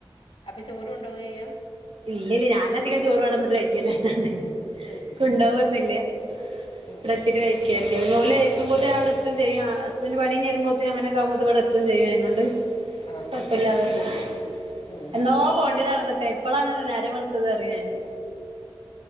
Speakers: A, on the left; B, on the right.
A: അപ്പ ചോറു കൊണ്ടോവെയ്യാ?
B: ഇല്ല്യയില്ല്യ ഞാനധികം ചോറ് ഇവടെന്നിട്ട് കഴിക്കലാണ്
A: അത് ശരി
B: കൊണ്ടൊവൊന്നുല്ല്യ
A: ഉം
B: ഇവടെത്തിട്ട് കഴിക്കായ്രിക്കും പിന്നോല് എത്തുമ്പോത്തിന്
A: ആഹ്
B: ഞാന് വെടെ എത്തും ചെ യ്യും ഹസ്ബന്റ് പണി കഴിഞെരുമ്പോത്തിന് അങ്ങനെ ച്ചാവുമ്പോത്തിന് ഇവടെ എത്തും ചെയ്യും അയിനോണ്ട്
A: ആഹ്
B: കൊഴപ്പല്ലാതെ
A: ആഹ്
B: പോവ്
A: ഉം
B: എന്നോ പോവെണ്ടിയെതാണ്തൊക്കെ ഇപ്പളാണ് നേരം വെൾത്തെത് ന്ന്റിയഞാന്